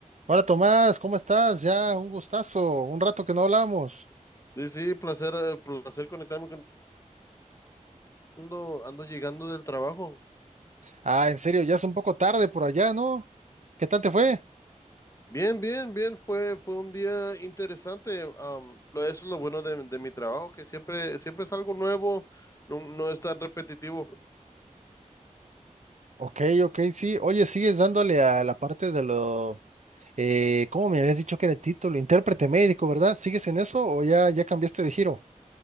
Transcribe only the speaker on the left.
Sí, sí, placer, eh, placer conectarme con ando, ando llegando del trabajo.
Sí. Bien, bien, bien, fue, fue un día interesante. am, lo, eso es lo bueno de, de mi trabajo, que siempre, siempre es algo nuevo, no, no es tan repetitivo.